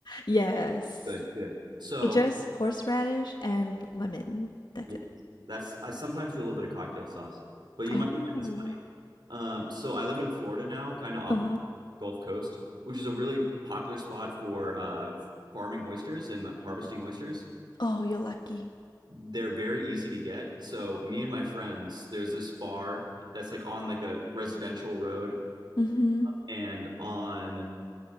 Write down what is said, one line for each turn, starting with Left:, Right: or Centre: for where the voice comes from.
Left: yes
Right: Good, good. So
Left: just horseradish and lemon that's
Right: yeah,
Left: it
Right: that's I sometimes do a little bit of cocktail sauce, but you
Left: oh
Right: might find this funny. Um, so I live in Florida now, kind of off
Left: uh-huh
Right: of Gulf Coast, which is a really popular spot for uh, farming oysters and harvesting oysters.
Left: oh you're lucky
Right: They're very easy to get. So me and my friends, there's this bar that's like on like a residential road
Left: mm-hmm
Right: and on